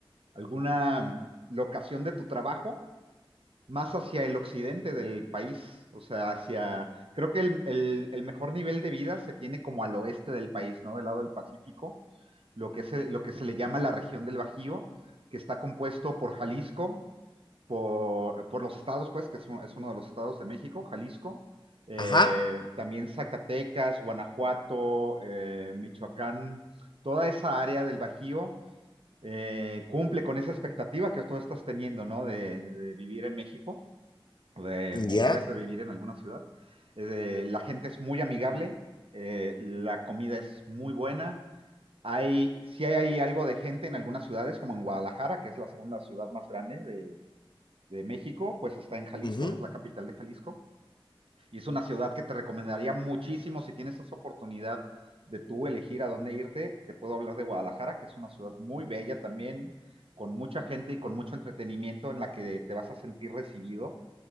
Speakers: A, on the right (about 80°); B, on the left (about 50°).
A: alguna locación de tu trabajo más hacia el occidente del país, o sea, hacia, creo que el, el- el mejor nivel de vida se tiene como al oeste del país, ¿no? Del lado del Pacífico, lo que se, lo que se le llama la región del Bajío, que está compuesto por Jalisco, por, por los estados, pues, que es, un- es uno de los estados de México, Jalisco, eh,
B: Ajá,
A: también Zacatecas, Guanajuato, eh, Michoacán, toda esa área del Bajío. eh, cumple con esa expectativa que tú estás teniendo, ¿no? de de vivir en México de-
B: ya,
A: o pues de vivir en alguna ciudad. Eh, la gente es muy amigable, eh, la comida es muy buena. Hay, sí hay algo de gente en algunas ciudades, como en Guadalajara, que es la segunda ciudad más grande de, de México, pues está en Jalisco,
B: ujú,
A: es la capital de Jalisco. Y es una ciudad que te recomendaría muchísimo si tienes esa oportunidad de tú elegir a dónde irte. Te puedo hablar de Guadalajara, que es una ciudad muy bella también, con mucha gente y con mucho entretenimiento en la que te vas a sentir recibido